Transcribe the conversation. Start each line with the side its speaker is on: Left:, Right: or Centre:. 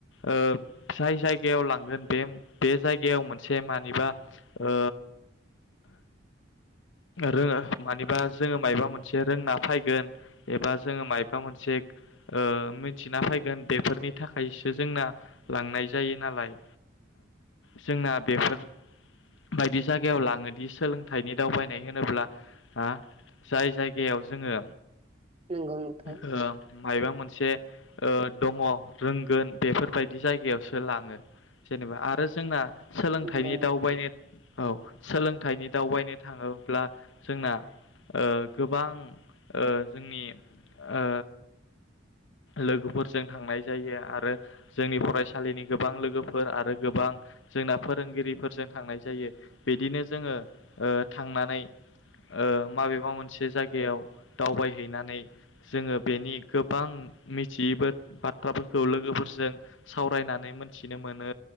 Left: ओ जाय जायगायाव लांगोन बे बे जायगायाव मोनसे मानिबा ओ रोङो मानिबा जोङो मायबा मोनसे रोंना फायगोन एबा जोङो मायबा मोनसे ओ मिथिना फैगोन बे फोरनि थाखायसो जोंना लांनाय जायो नालाय। जोंना बेफोर बायदि जायगायाव लाङोदि सोलोंथाइनि दावबायनाय होनोब्ला ओ जाय जायगायाव जोङो
Right: नंगौ नोंथां
Left: ओ मायबा मोनसे ओ दङ रोंगोन बेफोरबायदि जायगायावसो लाङो जेनेबा आरो जोंना सोलोंथाइनि
Right: नंगौ नोंथां
Left: दावबायनो औ सोलोंथाइनि दावबायनो थाङोब्ला जोंना ओ गोबां ओ जोंनि ओ लोगोफोरजों थांनाय जायो आरो जोंनि फरायसालिनि गोबां लोगोफोर आरो गोबां जोंना फोरोंगिरिफोरजों थांनाय जायो बिदिनो जोङो ओ थांनानै ओ माबेबा मोनसे जायगायाव दावबायहैनानै जोङो बेनि गोबां मिथियैबो बाथ्राफोरखौ लोगोफोरजों सावरायनानै मोनथिनो मोनो